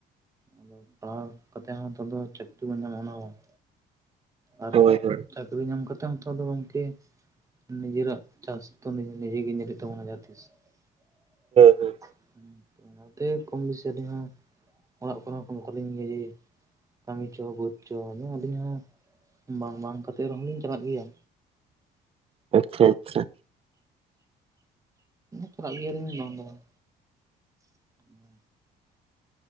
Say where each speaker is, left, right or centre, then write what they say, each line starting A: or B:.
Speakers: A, on the right (about 20°); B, on the right (about 35°).
A: ᱟᱫᱚ ᱯᱟᱲᱦᱟᱣ ᱠᱟᱛᱮᱫ ᱦᱚᱸ ᱱᱮᱛᱟᱨ ᱫᱚ ᱪᱟᱹᱠᱨᱤ ᱵᱮᱱ ᱧᱟᱢᱟ ᱚᱱᱟ ᱦᱚᱸ ᱵᱟᱝ᱾ ᱟᱨ
B: ᱦᱳᱭ ᱦᱳᱭ ᱦᱳᱭ
A: ᱪᱟᱹᱠᱨᱤ ᱧᱟᱢ ᱠᱟᱛᱮᱫ <unintelligible> ᱫᱚ ᱜᱚᱝᱠᱮ ᱱᱤᱡᱮᱨᱟᱜ ᱪᱟᱥ ᱫᱚ ᱱᱤᱡᱮ ᱜᱮ ᱧᱮᱞ ᱦᱚᱭᱩᱜ ᱛᱟᱵᱚᱱᱟ ᱡᱟᱦᱟᱸ ᱛᱤᱥ᱾ <unintelligible>
B: ᱦᱳᱭ
A: ᱚᱱᱟᱛᱮ ᱠᱚᱢ ᱵᱮᱥᱤ ᱟᱹᱞᱤᱧ ᱦᱚᱸ ᱚᱲᱟᱜ ᱠᱚᱨᱮ ᱦᱚᱸ ᱠᱚ <unintelligible> ᱠᱟᱹᱢᱤ ᱪᱚ, ᱵᱟᱹᱫᱽ ᱪᱚ, ᱟᱫᱚ ᱟᱹᱞᱤᱧ ᱦᱚᱸ ᱵᱟᱝ ᱵᱟᱝ ᱠᱟᱛᱮᱝ ᱨᱮᱦᱚᱸ ᱞᱤᱧ ᱪᱟᱞᱟᱜ ᱜᱮᱭᱟ᱾
B: ᱟᱪᱪᱷᱟ ᱟᱪᱪᱷᱟ᱾
A: ᱪᱟᱞᱟᱜ ᱜᱮᱭᱟᱞᱤᱧ ᱵᱟᱝ ᱫᱚ ᱵᱟᱝ᱾ <inaudible>